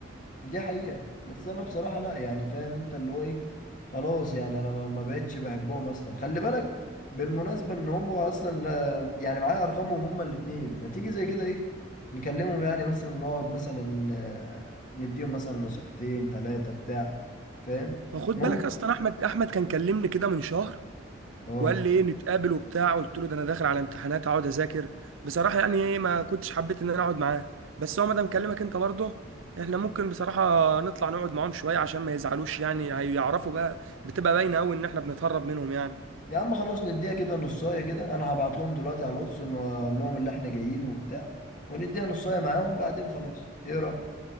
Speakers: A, on the left (about 40°); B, on the right (about 80°).
A: دي حقيقه بس انا بصراحه لا يعني فاهم انت اللي هو ايه خلاص يعني انا ما ما بقتش بحبهم اصلا خلي بالك بالمناسبه ان هم اصلا لا يعني معايا ارقامهم هما الاثنين ما تيجي زي كده ايه نكلمهم يعني مثلا نقعد مثلا آه، نديهم مثلا نصيحتين ثلاثه بتاع فاهم
B: ما خد
A: ممكن
B: بالك اصلا احمد احمد كان كلمني كده من شهر
A: اه
B: وقال لي ايه نتقابل وبتاع قلت له ده انا داخل على امتحانات اقعد اذاكر بصراحه يعني ايه ما كنتش حبيت ان انا اقعد معاه بس هو مادام كلمك انت برضه احنا ممكن بصراحه نطلع نقعد معاهم شويه عشان ما يزعلوش يعني هيعرفوا بقى بتبقى باينه قوي ان احنا بنتهرب منهم يعني
A: يا عم خلاص نديها كده نصايه كده انا هبعت لهم دلوقتي على الواتس واقول لهم اللي احنا جايين وبتاع ونديها نصايه معاهم بعدين خلاص ايه رأيك